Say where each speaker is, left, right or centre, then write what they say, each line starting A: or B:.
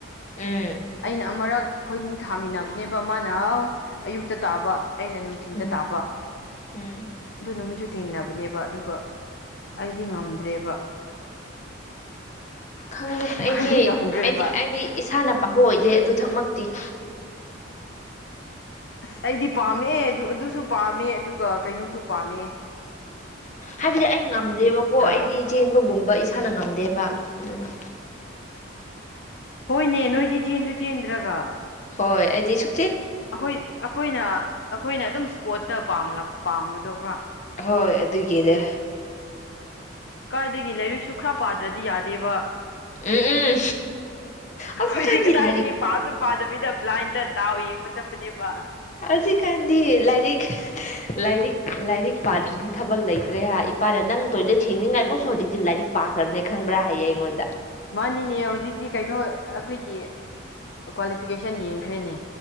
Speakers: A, on the left; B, on the left.
A: ꯎꯝ
B: ꯑꯩꯅ ꯑꯃꯨꯔꯛ ꯑꯩꯈꯣꯏꯅꯤ ꯊꯥꯃꯤꯟꯅꯕꯅꯦꯕ ꯃꯥꯅ ꯑꯌꯨꯛꯇ ꯇꯥꯕ ꯑꯩꯅ ꯅꯨꯡꯊꯤꯟꯜꯗ
A: ꯎꯝ
B: ꯇꯥꯕ
A: ꯎꯝ
B: ꯑꯗꯨ ꯅꯨꯃꯤꯠꯁꯨ ꯊꯦꯡꯅꯕ ꯅꯦꯕ ꯑꯗꯨ ꯑꯗꯨꯒ ꯑꯩꯗꯤ ꯉꯝꯗ꯭ꯔꯦꯕ
A: ꯈꯪꯗꯦ
B: ꯃꯥꯗꯤ
A: ꯑꯩꯗꯤ
B: ꯉꯝꯈ꯭ꯔꯦꯕ
A: ꯑꯩꯗꯤ ꯑꯩꯗꯤ ꯏꯁꯥꯅ ꯄꯥꯝꯕ ꯑꯣꯏꯗꯦ ꯑꯗꯨ ꯊꯛꯃꯛꯇꯤ
B: ꯑꯁ ꯑꯩꯗꯤ ꯄꯥꯝꯃꯦ ꯑꯗꯨ ꯑꯗꯨꯁꯨ ꯄꯥꯝꯃꯦ ꯑꯗꯨꯒ ꯀꯩꯅꯣꯁꯨ ꯄꯥꯝꯃꯦ
A: ꯍꯥꯏꯕꯗꯤ ꯑꯩ ꯉꯝꯗꯦꯕꯀꯣ
B: ꯑ
A: ꯑꯩꯗꯤ ꯆꯦꯟꯕꯒꯨꯝꯕ ꯁꯥꯟꯅ ꯉꯝꯗꯦꯕ ꯑꯗꯨꯅ
B: ꯍꯣꯏꯅꯦ ꯅꯣꯏꯗꯤ ꯆꯦꯟꯁꯨ ꯆꯦꯟꯗ꯭ꯔꯒ
A: ꯍꯣꯏ ꯑꯩꯗꯤꯁꯨ
B: ꯑꯩꯈꯣꯏ ꯑꯩꯈꯣꯏꯅ ꯑꯩꯈꯣꯏꯅ ꯑꯗꯨꯝ ꯏꯁꯄꯣꯔꯠꯇꯥꯝꯂ ꯄꯥꯝꯕꯗꯣ ꯈꯔ
A: ꯍꯣꯏ ꯑꯗꯨꯒꯤꯅꯦ
B: ꯀꯥꯏꯗꯒꯤ ꯂꯥꯏꯔꯤꯛꯁꯨ ꯈꯔ ꯄꯥꯗ꯭ꯔꯗꯤ ꯌꯥꯗꯦꯕ ꯑꯩꯈꯣꯏꯗꯤ
A: ꯎꯝ ꯎꯝ ꯍꯧꯖꯤꯛꯀꯥꯟꯗꯤ
B: ꯀꯗꯥꯏꯗꯒꯤ
A: ꯂꯥꯏꯔꯤꯛ
B: ꯄꯥꯁꯨ ꯄꯥꯗꯕꯤꯗ ꯕ꯭ꯂꯥꯏꯟꯗ ꯗꯥꯎ ꯌꯦꯡꯕ ꯆꯠꯄꯅꯦꯕ
A: ꯍꯧꯖꯤꯛꯀꯥꯟꯗꯤ ꯂꯥꯏꯔꯤꯛ ꯂꯥꯏꯔꯤꯛ ꯂꯥꯏꯔꯤꯛ ꯄꯥꯗ꯭꯭ꯔꯗꯤ ꯊꯕꯛ ꯂꯩꯇ꯭ꯔꯦ ꯍꯥꯏ ꯏꯄꯥꯅ ꯅꯪ ꯇꯣꯏꯂꯦꯠ ꯁꯦꯡꯅꯤꯡꯉꯥꯏꯐꯥꯎꯁꯨ ꯍꯧꯖꯤꯛꯇꯤ ꯂꯥꯏꯔꯤꯛ ꯄꯥꯈ꯭ꯔꯕꯅꯦ ꯈꯪꯕ꯭ꯔꯥ ꯍꯥꯏꯌꯦ ꯑꯩꯉꯣꯟꯗ
B: ꯃꯥꯅꯤꯅꯦ ꯍꯧꯖꯤꯛꯇꯤ ꯀꯩꯅꯣ ꯑꯩꯈꯣꯏꯒꯤ ꯀ꯭ꯋꯥꯂꯤꯐꯤꯀꯦꯁꯟ ꯌꯦꯡꯈ꯭ꯔꯦꯅꯦ